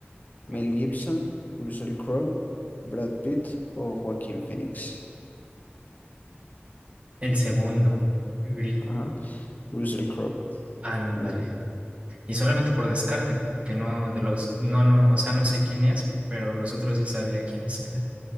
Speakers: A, on the left (about 40°); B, on the right (about 30°).
A: Mel
B: Uy.
A: Gibson, Russell Crowe, Brad Pitt o Joaquín Phoenix.
B: El segundo, gris,
A: Ajá. Russell Crowe.
B: ándale.
A: Muy bien.
B: Y solamente por descarte, porque no de los, no, no, o sea, no sé quién es, pero los otros sí sabía quiénes eran.